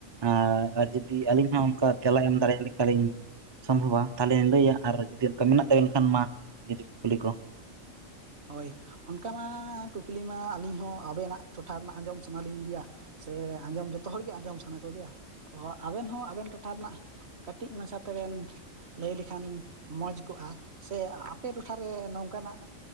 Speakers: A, on the right; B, on the right.
A: ᱟᱸᱨ ᱟᱨ ᱡᱩᱫᱤ ᱟᱹᱞᱤᱧ ᱦᱚᱸ ᱚᱱᱠᱟ ᱛᱮᱞᱟ ᱮᱢ ᱫᱟᱲᱮᱭᱟᱜ ᱞᱮᱠᱟᱞᱤᱧ ᱥᱚᱢᱵᱷᱚᱵ ᱟ ᱛᱟᱦᱚᱞᱮᱧ ᱞᱟᱹᱭᱟ ᱟᱨ ᱡᱩᱫᱤ ᱚᱱᱠᱟ ᱢᱮᱱᱟᱜ ᱛᱟᱵ ᱮᱱ ᱠᱷᱟᱱ ᱢᱟ ᱡᱩᱫᱤ ᱠᱩᱞᱤ ᱠᱚ ᱾
B: ᱦᱳᱭ ᱚᱱᱠᱟ ᱢᱟ ᱠᱩᱠᱞᱤ ᱢᱟ ᱟᱹᱞᱤᱧ ᱦᱚᱸ ᱟᱵᱮᱱᱟᱜ ᱴᱚᱴᱷᱟ ᱨᱮᱱᱟᱜ ᱟᱸᱡᱚᱢ ᱥᱟᱱᱟᱞᱤᱧ ᱜᱮᱭᱟ ᱾ ᱥᱮ ᱟᱸᱡᱚᱢ ᱡᱚᱛᱚ ᱦᱚᱲᱜᱮ ᱟᱸᱡᱚᱢ ᱥᱟᱱᱟ ᱠᱚᱜᱮᱭᱟ, ᱛᱚ ᱟᱵᱮᱱ ᱦᱚᱸ ᱟᱵᱮᱱ ᱴᱚᱴᱷᱟ ᱨᱮᱱᱟᱜ ᱠᱟᱹᱴᱤᱡ ᱢᱟᱪᱷᱟᱛᱮ ᱵᱮᱱ ᱞᱟᱹᱭ ᱞᱮᱠᱷᱟᱱ ᱢᱚᱡᱽ ᱠᱚᱜᱼᱟ ᱥᱮ ᱟᱯᱮ ᱴᱚᱴᱷᱟᱨᱮ ᱱᱚᱝᱠᱟᱱᱟᱜ